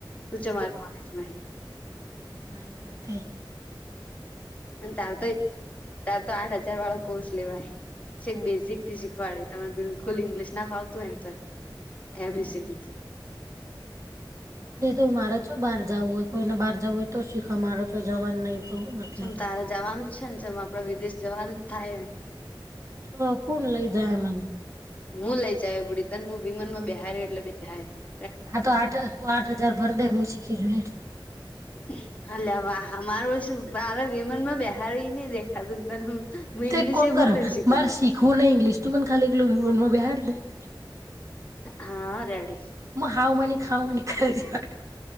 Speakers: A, on the left (about 15°); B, on the right (about 35°).
A: તું <unintelligible>
B: એવું
A: કોલેજમાં
B: હા એ વાત
A: <unintelligible> તાર તો આઠ હજાર વાળો કોર્સ લેવાય. છે બેઝિકથી શીખવાડે તમને બિલકુલ ઈંગ્લિશ ના ફાવતું હોયને તોય એ બી
B: અરે
A: સિ દી થી.
B: પણ એ તો મારે ચો બહાર જાવું હોય કોઈને બાર જવું હોય તો શીખ મારો જવાનું નહીં તો હુ મતલબ
A: ચમ તારે જવાનું જ છે ને જેમ આપડે વિદેશ જવાનું જ થાયે એમ
B: શ કોણ લઈ જાય મને.
A: હું લઈ જાય પડી તને હું વિમનમાં <unintelligible> એટલે ઠાઆય
B: હા તો આઠ તો આઠ હજાર ભર દે મુ <unintelligible>
A: <unintelligible> મારે વિમાનમાં બેહારી ની ડે દેખાતું ને તને હું.
B: તો
A: ઇંગ્લિશ
B: એક કોમ
A: એ હું
B: કર
A: તને શીખવાડું
B: મારે શીખવું ને ઇંગ્લિશ તું મને ખાલી. <unintelligible>
A: હાઆ રેડિ.
B: હ હાઉ મને ખાઉ મને <unintelligible>